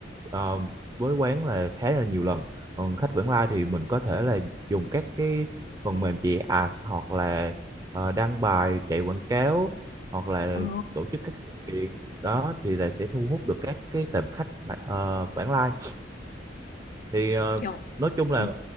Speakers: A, on the right (about 20°); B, on the left (about 45°).
A: ờ, với quán là khá là nhiều lần còn khách vãng lai thì mình có thể là dùng các cái phần mềm chạy ads hoặc là ờ, đăng bài chạy quảng cáo hoặc là
B: Ờ,
A: tổ chức các sự kiện đó thì là sẽ thu hút được các cái tệp khách uh, vãng lai thì ờ,
B: kiểu
A: nói chung là
B: ừ,